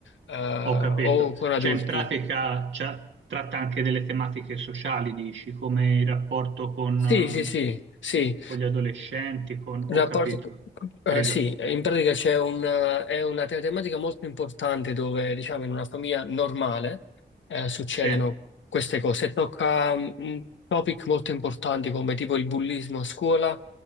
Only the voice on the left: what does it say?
eh, o
con adulti.
Sì,
sì, sì, sì.
Il
Rapporto,
eh,
sì, eh, in pratica c'è un, eh, è una te- tematica molto importante dove, diciamo, in una famiglia normale eh, succedono
queste cose. Tocca mm, un topic molto importanti come tipo il bullismo a scuola,